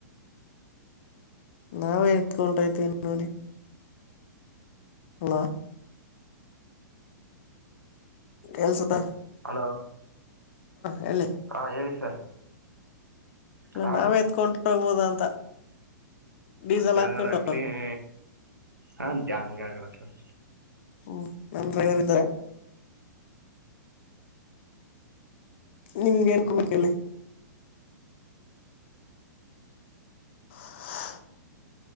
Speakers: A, on the left (about 40°); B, on the right (about 85°).
A: ನಾವೇ ಇತ್ಕೊಟೈತೀನ್ ನೋಡಿ. ಹಲೋ ಕೇಳುಸುತ್ತಾ
B: ಹಲೋ
A: ಹೇಳಿ
B: ಹಾ ಹೇಳಿ ಸರ್. ಹ
A: ನಾವೇ ಎತ್ಕೊಂಟ ಹೋಗ್ಬೋದ ಅಂತ. ಡೀಸೆಲ್
B: ಹಂಗ
A: ಹಾಕೊಂಡು
B: ಆಗಲ್ಲ ಆಕ್ಲಿ ಹ ಹಂಗಗೆ ಆಗಲ್ಲ ಸರ್.
A: ಹ್ಮ್ ನನ್ ಡ್ರೈವರ್ ಇದಾರೆ. ನಿಮ್ಗೆ ನ್ಕೋ ಬೇಕಲ್ಲಿ <unintelligible>